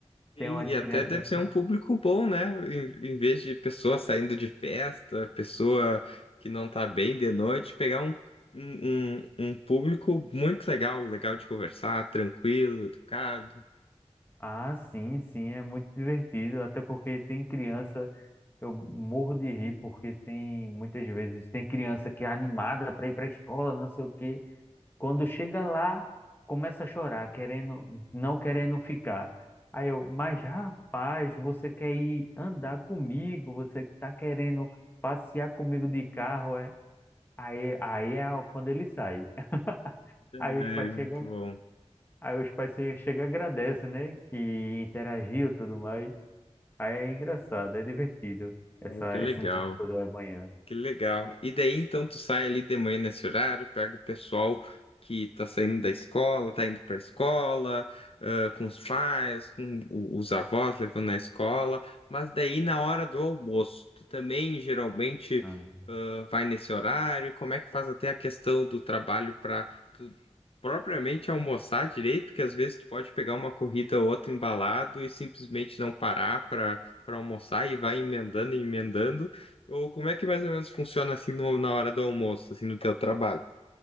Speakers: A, on the left; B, on the left.
A: Sim,
B: Tem umas
A: e
B: crianças.
A: até deve ser um público bom, né? Em, em vez de pessoa saindo de festa, pessoa que não tá bem de noite, pegar um, um, um um público muito legal, legal de conversar, tranquilo, educado.
B: Ah, sim, sim, é muito divertido, até porque tem criança. Eu morro de rir porque tem muitas vezes tem criança que é animada para ir para a escola, não sei o quê, Quando chega lá, começa a chorar, querendo, não querendo ficar. Aí eu, mas rapaz, você quer ir andar comigo? Você tá querendo passear comigo de carro? É? Aí, aí é quando ele sai. <laughs>
A: É,
B: Aí os pais
A: muito
B: chegam,
A: bom.
B: aí os pais che- chegam e agradecem, né? Que interagiu e tudo mais. Aí é engraçado, é divertido essa,
A: Ah, que legal.
B: esse momento da manhã.
A: Que legal. E daí então tu sai ali de manhã nesse horário, pega o pessoal que tá saindo da escola, tá indo pra escola, ah, com os pais, com o- os avós levando na escola, mas daí na hora do almoço, tu também geralmente
B: Ah.
A: ah, vai nesse horário, como é que faz até a questão do trabalho para tu propriamente almoçar direito, porque às vezes tu pode pegar uma corrida ou outra embalado e simplesmente não parar para para almoçar e vai emendando e emendando. Ou como é que mais ou menos funciona assim no- na hora do almoço, assim, no teu trabalho?